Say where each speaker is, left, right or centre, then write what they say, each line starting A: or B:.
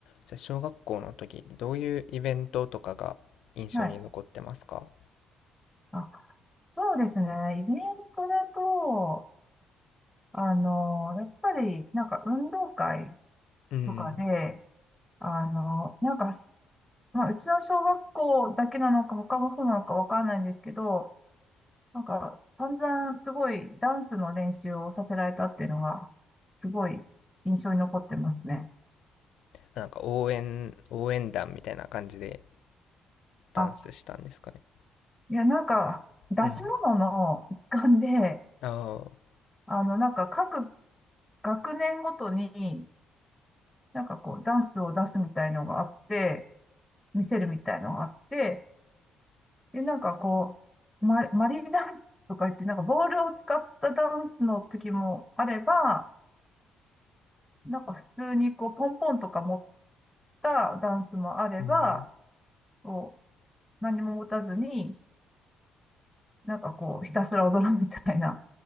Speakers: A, on the left; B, in the centre.
A: じゃあ小学校の時ってどういうイベントとかが印象に残ってますか
B: はい。あ、そうですね。イベントだと、あの、やっぱり、なんか運動会
A: うん。
B: とかで、あの、なんかす、まあ、うちの小学校だけなのか、他もそうなのかわからないんですけど、なんか、散々すごいダンスの練習をさせられたっていうのが、すごい印象に残ってますね。
A: なんか応援、応援団みたいな感じでダンスしたんですかね。
B: あ、いや、なんか、出し物の一環で、
A: うん。ああ、
B: あの、なんか、各学年ごとに、なんかこう、ダンスを出すみたいのがあって、見せるみたいのがあって、で、なんかこう、マ、マリーダンスとか言って、なんかボールを使ったダンスの時もあれば、なんか普通にこう、ポンポンとか持ったダンスもあれば、
A: うん。
B: こう、何も持たずに、なんかこう、ひたすら踊るみたいな